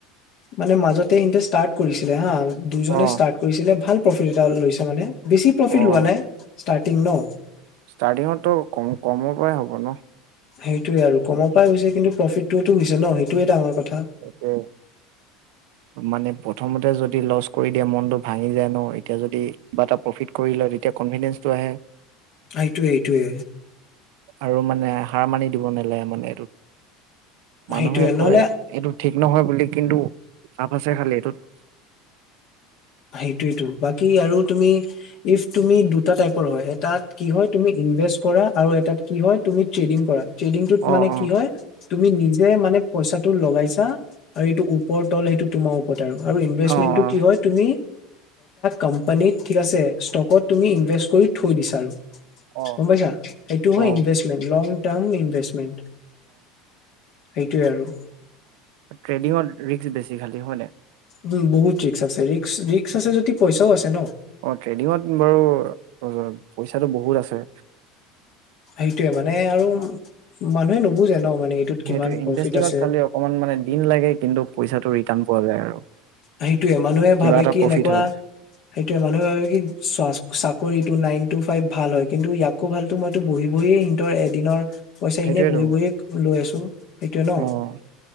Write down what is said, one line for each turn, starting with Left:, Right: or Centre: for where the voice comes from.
Left: মানে মাজতোৰ্ কৰিছিলে হা দুজনে
Right: অ',
Left: ষ্টাৰ্ট কৰিছিলে ভাল প্ৰফিট এটা লৈছে মানে বেছি প্ৰফিট
Right: অ',
Left: লোৱা নাই ষ্টাৰ্টিং ন
Right: ষ্টাৰ্টিঙতো কম কমৰ পৰাই হ'ব ন
Left: সেইটোয়ে আৰু কমৰ পৰাই হৈছে কিন্তু প্ৰফিটটোতো হৈছে ন সেইটোয়ে ডাঙৰ কথা
Right: অপৌ মানে প্ৰথমতে যদি লছ কৰি দিয়ে মনতটো ভাঙি যায় ন এতিয়া যদি কিবা এটা প্ৰফিট কৰি লয় তেতিয়া কনফিডেন্ঞ্চটো আহে
Left: এইটোৱয়ে এইটোৱে
Right: আৰু মানে হাৰ মানি দিব নালাগে মানে এইটোত মানুহে
Left: সেইটোয়ে নহ'লে
Right: কয় এইটো ঠিক নহয় বুলি কিন্তু আফ আছে খালি এইটোত
Left: সেইটোয়টো বাকী আৰু তুমি ইফ তুমি দুটা টাইপৰ হয় এটাত কি হয় তুমি ইনভেষ্ট কৰা আৰু এটাত কি হয় তুমি ট্ৰেডিং কৰা ট্টেডিংটোত
Right: অ',
Left: মানে
Right: অ',
Left: কি হয় তুমি নি যে মানে পইচা টো লগাইছা আৰু এইটো ওপৰ তল সেইটো তোমাৰ ওপৰত আৰু ইনভেষ্টমেন্টটো
Right: অ',
Left: কি হয় এ কোম্পানীত ঠিক আছে ষ্টকত তুমি ইনভেষ্ট কৰি থৈ দিছা
Right: অ',
Left: গম পাইছা সটো
Right: অ',
Left: হয়
Right: অ',
Left: ইনভেমেণ্ট লং টাৰ্ম ইনভেষ্টমেণ্ট সেইটোৱে আৰু
Right: ট্ৰেডিঙৰ ৰিক্ক বেছি খালী হয় ন
Left: উম বহুত ৰিক্স আছে ৰিক্ ৰিক্ক আছে যদি পইচাও আছে ন
Right: অ ট্ৰেডিঙত বাৰু পইচাটো বহুত আছে
Left: সেইটোয়ে মানে আৰু মানুহে ন নুবুজে মানে এইটোত কিমান
Right: সেইটো ইটাৰেষ্টিঙত
Left: প্ৰফিট আছে
Right: খালি অকমান মানে দিন লাগে কিন্তু পইচাটো ৰিটাৰ্ণ পোৱা যায় আৰু
Left: সেইটোয়ে মানুহে
Right: কিবা
Left: ভাবে
Right: এটা
Left: কি
Right: প্ৰফিট
Left: এনেকুৱা
Right: হয়
Left: সেইটোয়ে মানুহে ভাবে কি চ চাকৰিত নাইন টু ফাইভ ভাল হয় কিন্তু ইয়াকো ভালতো মইতো বহি বহিয়ে সিহতৰ এদিনৰ পইচা
Right: সেইটোয়েতো
Left: এনেই বহি বহি লৈ আছো সেইটোৱে ন
Right: অ'।